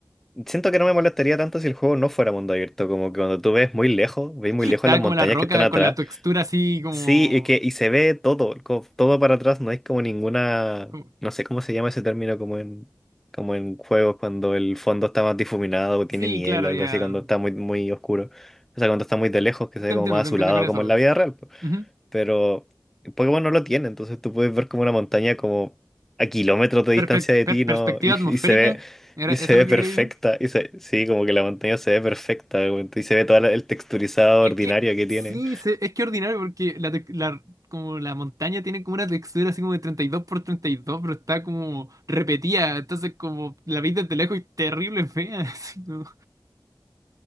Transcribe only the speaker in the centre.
Siento que no me molestaría tanto si el juego no fuera mundo abierto, como que cuando tú ves muy lejos, ves muy lejos
las montañas
que están atrás.
Sí, y que y se ve todo, co- todo para atrás, no hay como ninguna,
no sé cómo se llama ese término como en como en juegos cuando el fondo está más difuminado o tiene
niebla
o
algo así, cuando está muy muy oscuro. O sea, cuando está muy de lejos, que se
ve
como más
azulado,
como en la vida real
pero Pokémon no lo tiene, entonces tú puedes ver como una montaña como a kilómetros de distancia
de
ti,
¿no? Y,
y se ve,
y
se
ve
perfecta,
y se- sí, como que la montaña se ve perfecta, güey, y se ve todo el texturizado
ordinario
que
tiene.